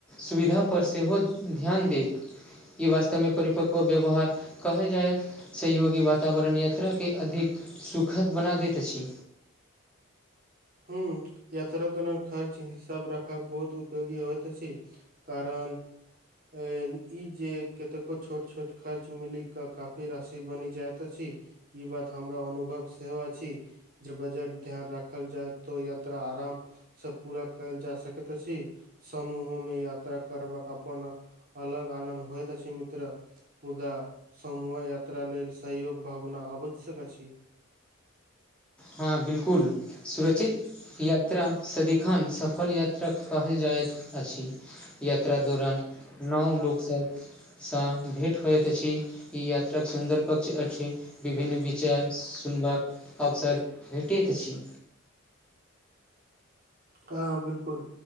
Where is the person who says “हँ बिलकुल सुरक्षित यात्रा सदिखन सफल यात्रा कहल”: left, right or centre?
Centre